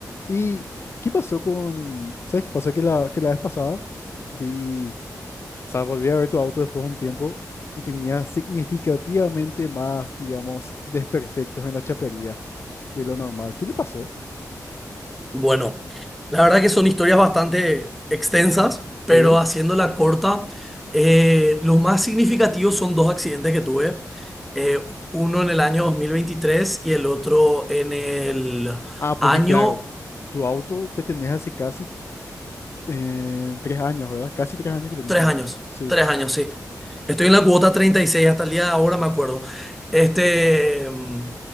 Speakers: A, on the left (about 40°); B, in the centre.
A: ¿Y qué pasó con...? ¿Sabes qué pasó? Que la, que la vez pasada vi... O sea, volví a ver tu auto después de un tiempo y tenía significativamente más, digamos, desperfectos en la chapería de lo normal. ¿Qué le pasó?
B: Bueno, la verdad que son historias bastante extensas, pero
A: Sí.
B: haciéndola corta, eh, los más significativos son dos accidentes que tuve, eh, uno en el año 2023 y el otro en el
A: Ah, porque
B: año
A: claro, tu auto te tenés hace casi eh, tres años, ¿verdad? Casi tres años que tenés
B: Tres
A: tu auto.
B: años,
A: Sí.
B: tres años, sí. Estoy en la cuota 36 hasta el día de ahora, me acuerdo. Este, mm,